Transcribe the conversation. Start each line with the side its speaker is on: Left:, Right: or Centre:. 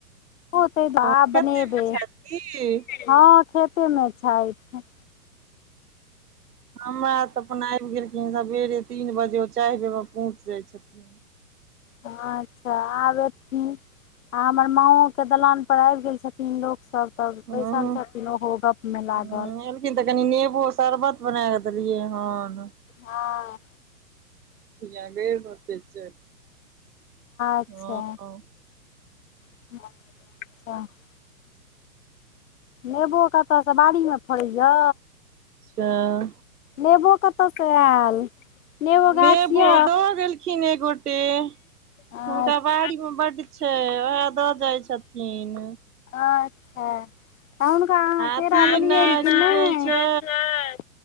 Left: ओते त
Right: खेते
Left: आब बनेबै
Right: मे छथि की
Left: हँ खेते मे छाइथ
Right: हमरा त अपन आयब गेलखिन सवेरे तीन बजे वो चाहि बेर मे पहुँच जाय छथिन।
Left: अच्छा आब एथिन, आ हमर माॅओके दलान पर आयब गेल छथि न लोग सभ त
Right: हँ
Left: बैसल छथिन ओहो गप मे लागल,
Right: ह एलखिन त कनि नेबो शरबत बना क देलियै हन
Left: हँ
Right: जागैयो में तेज छै <inaudible>
Left: अच्छा
Right: हँ हँ
Left: <unintelligible> नेबो कतयसँ बारी मे फरैय
Right: तअ
Left: नेंबो कतय स आयल नेबो गाछ
Right: नेंबो
Left: यऽ
Right: द गेलखिन एक गोटे
Left: अच्छा
Right: हुनका बारी में बड्ड छै, उहे द जाय छथिन
Left: अच्छा, त हुनका अहाॅं
Right: अथी
Left: केरा देलियैन
Right: ने
Left: कि नै
Right: की कहै
Left: <unintelligible>
Right: छै